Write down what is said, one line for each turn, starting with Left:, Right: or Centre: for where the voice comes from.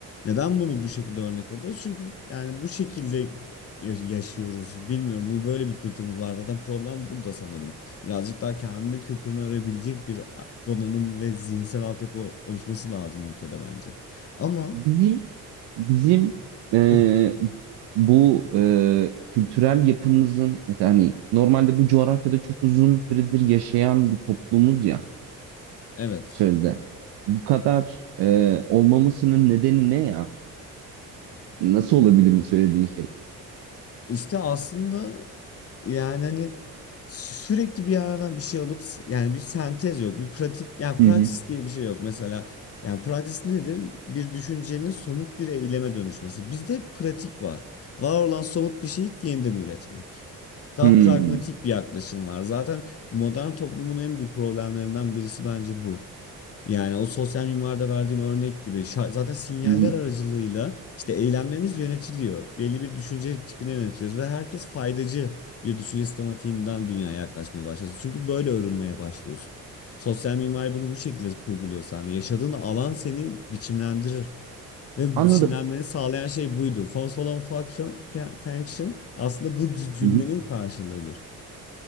Left: Neden bunu bu şekilde örnek alıyoruz? Çünkü yani bu şekilde ya- yaşıyoruz. Bilmiyorum bu böyle bir kültürümüz var. Zaten problem burada sanırım. Birazcık daha kendi kültürünü öğrenebilecek bir a- donanım ve zihinsel altyapı oluşması lazım ülkede bence. Ama
Right: Bizim bizim e,
Left: <laughs>
Right: bu e, kültürel yapımızın mesela hani normalde bu coğrafyada çok uzun süredir yaşayan bir toplumuz ya.
Left: evet
Right: sözde. Bu kadar e, olmamasının nedeni ne ya? Nasıl olabilir bu söylediğin şey?
Left: işte aslında yani hani sürekli bir yerden bir şey alıp yani bir sentez yok bir pratik yani
Right: Hı
Left: praksis
Right: hı.
Left: diye bir şey yok mesela yani praksis nedir bir düşüncenin somut bir eyleme dönüşmesi bizde hep pratik var var olan somut bir şeyi yeniden üretmek daha
Right: Hmm.
Left: pragmatik bir yaklaşım var zaten modern toplumun en büyük problemlerinden birisi bence bu Yani o sosyal mimarda verdiğim örnek gibi şa- zaten sinyaller
Right: Hı hı.
Left: aracılığıyla işte eylemlerimiz yönetiliyor Belli bir düşünce tipine yönetiyoruz ve herkes faydacı bir düşünce sistematiğinden dünyaya yaklaşmaya başlıyorsun. Çünkü böyle örülmeye başlıyorsun. Sosyal mimari bunu bu şekilde kurguluyor sende. Yaşadığın alan seni biçimlendirir ve
Right: Anladım.
Left: biçimlenmeni sağlayan şey buydu. Force olan function, function aslında bu cü- cümlenin
Right: Hı hı.
Left: karşılığıdır.